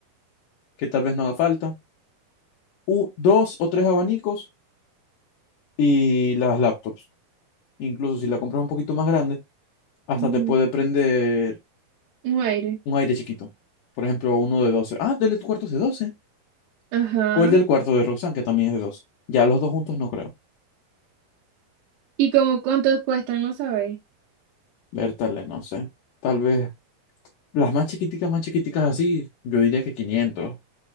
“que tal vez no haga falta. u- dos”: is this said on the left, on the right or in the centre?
Left